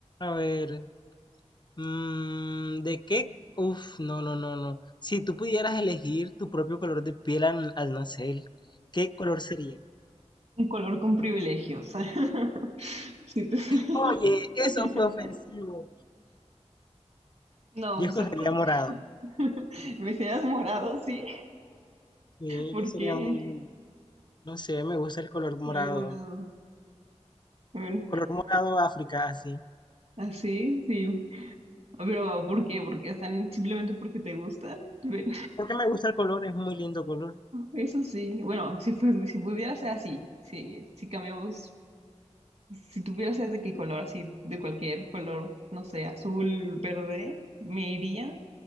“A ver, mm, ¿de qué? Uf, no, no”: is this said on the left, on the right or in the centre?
Left